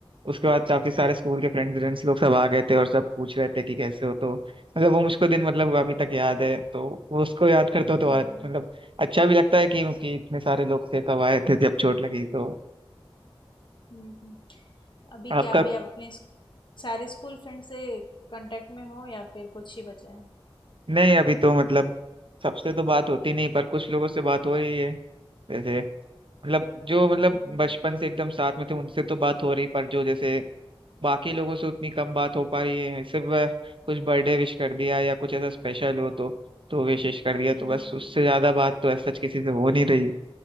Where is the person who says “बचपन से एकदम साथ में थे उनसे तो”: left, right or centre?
Right